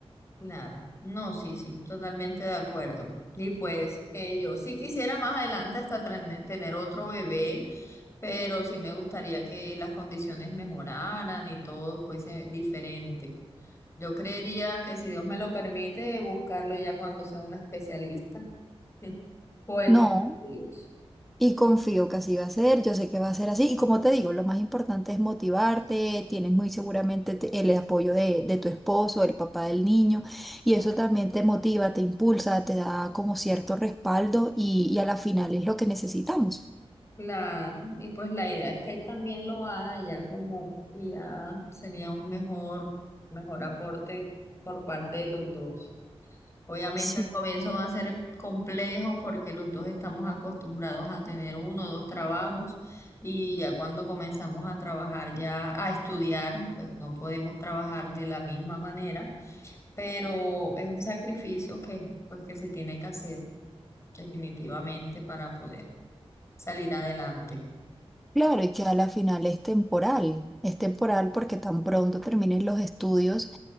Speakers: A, on the left; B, in the centre.
A: Claro, no, sí, sí, totalmente de acuerdo. Y pues eh, yo sí quisiera más adelante hasta tren- tener otro bebé, pero sí me gustaría que las condiciones mejoraran y todo fuese diferente. Yo creería que si Dios me lo permite, buscarlo ya cuando sea un especialista. <laughs> O el
B: No.
A: favor de Dios.
B: Y confío que así va a ser, yo sé que va a ser así. Y como te digo, lo más importante es motivarte, tienes muy seguramente te- el apoyo de, de tu esposo, el papá del niño, y eso también te motiva, te impulsa, te da como cierto respaldo y, y a la final es lo que necesitamos.
A: Claro, y pues la idea es que él también lo haga ya como, y ya sería un mejor, mejor aporte por parte de los dos. Obviamente
B: Sí.
A: al comienzo va a ser complejo porque los dos estamos acostumbrados a tener uno o dos trabajos y ya cuando comenzamos a trabajar, ya a estudiar, pues no podemos trabajar de la misma manera, pero es un sacrificio que pues que se tiene que hacer definitivamente para poder salir adelante.
B: Claro, y que a la final es temporal, es temporal porque tan pronto termines los estudios.